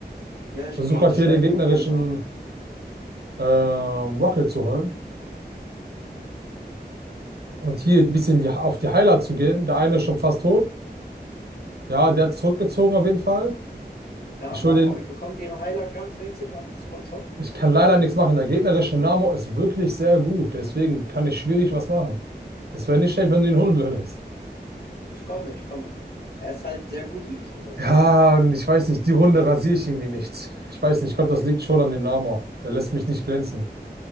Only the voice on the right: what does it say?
Versuche
gerade
hier
den
gegnerischen
ähm, Rocket zu holen und hier ein bisschen die, auf die Heiler zu gehen. Der eine ist schon fast tot. Ja, der hat zurückgezogen auf jeden Fall.
Ich
hole den
Ich kann leider nichts machen. Der gegnerische Namo ist wirklich sehr gut. Deswegen kann ich schwierig was machen. Es wäre nicht schlecht, wenn du ihn holen würdest.
Ja, und ich weiß nicht, die Runde rasiere ich irgendwie nicht. Ich weiß nicht, ich glaube, das liegt schon an dem Namo. Der lässt mich nicht glänzen.